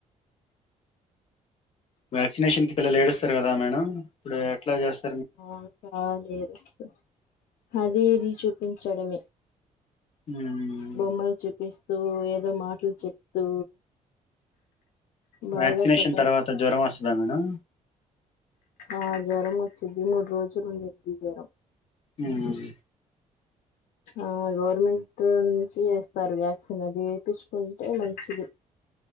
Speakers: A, on the left (about 45°); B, on the left (about 75°).
A: వ్యాక్సినేషన్ కి పిల్లలు ఏడుస్తారు కదా మేడం ఇప్పుడు ఎట్లా చేస్త
B: ఆ చాలా ఏడుస్తారు అది ఇది చూపించడమే
A: మ్మ్
B: బోమ్మలు చూపిస్త చు ఏదో మాటలు చెప్తూ బాగా
A: వ్యాక్సినేషన్
B: సతాయిస్తారు
A: తర్వాత జ్వరం వస్తదా మేడం
B: ఆ జ్వరం వచ్చిది మూడు రోజులు ఉండిద్ది జ్వరం
A: మ్
B: ఆ గవర్నమెంట్ నుంచి ఎస్తారు వ్యాక్సిన్ అది వేపిచ్చుకుంటే మంచిది